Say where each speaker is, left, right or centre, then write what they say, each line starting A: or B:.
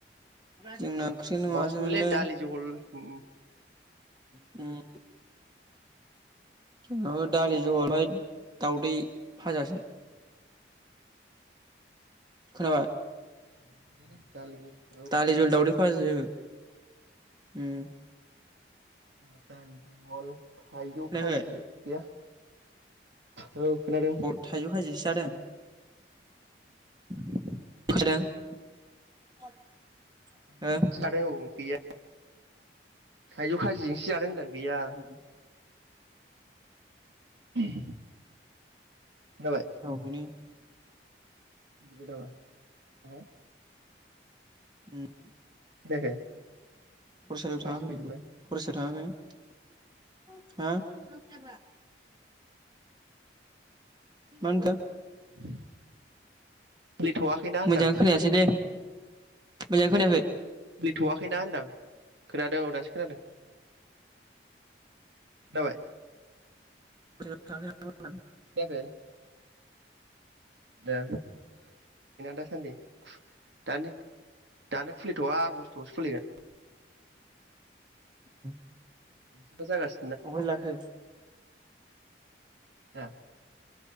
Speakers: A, on the right; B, on the right.
A: जोंना ओंख्रियानो
B: माबासो
A: माबासोमोनलै
B: मोनलै दालि जहल उम उम
A: उम माबा दालि जहल <unintelligible> दावदै फाजासो। खोनाबाय?
B: <unintelligible>
A: दालि जहल दावदै फाजासो उम
B: जोङा दालि जहल थायजौ
A: खोनायाखै
B: खाजि गैया। औ खोनादों।
A: थाइजौ खाजिसो जादों। <unintelligible>
B: थाइजौ <unintelligible>
A: हो
B: गैया। थाइजौ खायजि इसे जादों होनदां गैया
A: उम
B: उम जाबाय
A: औ बेनो
B: दिबो दामा <inaudible>
A: उम
B: खोनायाखै
A: फरायसालिआव
B: मानसि
A: थाङाखै
B: फैजोब्बाय
A: बिबो फरायसालिआव थाङाखै हा मा होनखो
B: <unintelligible> खुलिथ'वाखैना होनदां
A: मोजां खोनायासै दे मोजां खोनायाखै
B: फैथ'वाखैना होनदों खोनादों औ दासो खोनादों दाबाय
A: <inaudible>
B: फैयाखै दे दासान्दि <inaudible> दानि दानो खुलिथ'वा आगष्टआवसो खुलिगोन
A: उम
B: <inaudible>
A: अबाय लाखो
B: ना